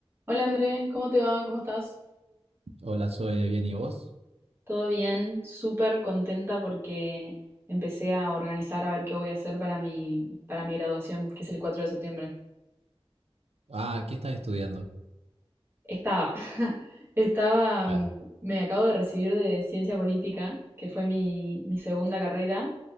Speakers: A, on the right; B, on the right.
A: Hola Andrés, ¿cómo te va? ¿Cómo estás?
B: Hola, soy bien, ¿y vos?
A: Todo bien, súper contenta porque empecé a organizar a ver qué voy a hacer para mi, para mi graduación, que es el 4 de septiembre.
B: Ah, ¿qué estás estudiando?
A: Estaba, <laughs> estaba,
B: Claro.
A: mm, me acabo de recibir de ciencia política, que fue mi, mi segunda carrera,